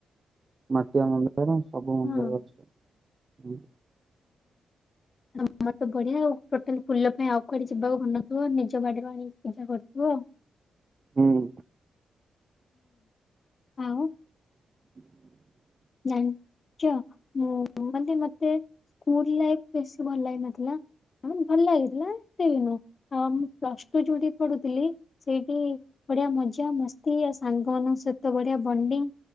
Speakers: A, on the right; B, on the left.
A: ମାଟିଆ ମନ୍ଦାର ସବୁ ମନ୍ଦାର
B: ହଁ
A: ଗଛ ଅଛି।
B: ତମର ତ ବଢିଆ ଆଉ ଟୋଟାଲି ଫୁଲ ପାଇଁ ଆଉ କୁଆଡେ ଯିବାକୁ ପଡୁ ନଥିବ ନିଜ ବାଡିରୁ ଆଣିକି ପୂଜା କରୁଥିବ ଆଉ।
A: ହୁଁ।
B: ହୁଁ।
A: <inaudible>
B: ଜାଣିଛ ମାନେ ମତେ ସ୍କୁଲ ଲାଇଫ୍ ବେଶୀ ଭଲ ଲାଗିନଥିଲା ତାମାନେ ଭଲ ଲାଗିଥିଲା ଏତେ ବି ନୁହଁ। ଆଉ ମୁଁ ପ୍ଲସ୍ ଟୁ ଯୋଉଠି ପଢୁଥିଲି ସେଇଠି ବଢିଆ ମଜା ମସ୍ତି ଆଉ ସାଙ୍ଗମାନଙ୍କ ସହିତ ବଢିଆ ବଣ୍ଡିଙ୍ଗ